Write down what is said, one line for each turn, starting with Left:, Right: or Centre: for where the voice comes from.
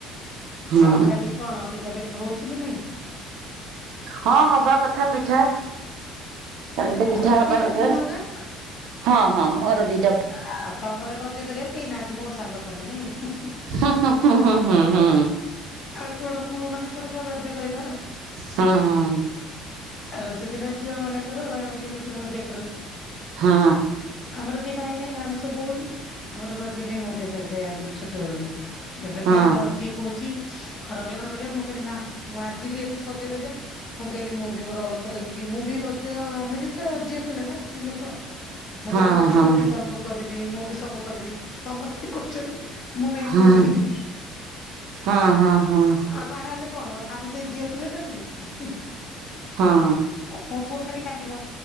Right: ହୁଁ
Left: ଆଉ କାଲି କଣ ପିଠା ପିଠା ହଉଛି ନା ନାଇଁ?
Right: ହଁ ହବା କଥା ପିଠା କାଲି ପିଠା
Left: ତମର
Right: ହବା
Left: ଦିଟା
Right: କଥା।
Left: ପୁଅ ନା?
Right: ହଁ ହଁ ମୋର ଦିଦ
Left: ଆଉ ତମର ରଜ କରିବାକୁ କେହି ନାହାନ୍ତି ମୋ ସାଙ୍ଗ ତମେ ନାଇଁ?
Right: ଁ ହଁ ହୁଁ ହୁଁ।
Left: ଆଉ କଣ ପୁଅ ମାନଙ୍କର କଣ ରଜ କହିଲ।
Right: ହଁ ହଁ।
Left: ରଜ ସିନା ଝିଅ ମାନଙ୍କର ଆମେ ଯେମିତି ମଜା କରୁ।
Right: ହଁ।
Left: ଆମର କେହି ଭାଇ ନାହିଁ ନା ଆମେ ସବୁ ଭଉଣି ଆମର ରଜ ପାଇଁ ମଜା ଚାଲିଥାଏ ଆଗରୁ ଛୋଟବେଳୁ। ଏବେ
Right: ହଁ
Left: ତ ଯିଏ କହୁଛି ରଜ କଣ କରିବା ମୁଁ କହିଲି ନା ମୁଁ ଆଜିିବି ଆଜି ସଜ ବାଜ। ମୁଁ କହିଲି ମୁଁ ବି ମୋର ଅଳତା ଲଗେଇିବି ମୁଁ ବି ରଜ ଆମେ ବି ତ ଝିଅ ପିଲା ନା ସ୍ତ୍ରୀ ଲୋକ। ମୁଁ
Right: ହଁ
Left: କହିଲି ମୁଁ ବି ଚୁଟି ସାମ୍ପୁ କରିବି ମୁଁ ବି ସବୁ କରିବି ସମସ୍ତେ କରୁଛନ୍ତି। ମୁଁ ମେହେନ୍ଦୀ
Right: ହଁ
Left: ଲଗେଇଦି
Right: ହଁ ହଁ ହଁ ହଁ
Left: ଆଉ ବାହା ହେଲେ କଣ ଆମେ ସେଇ ଝିଅ ପିଲା ନା ନାଇଁ।
Right: ହଁ।
Left: ଓ ମୋ ପୁଅ ଖାଲି କାନ୍ଦିବ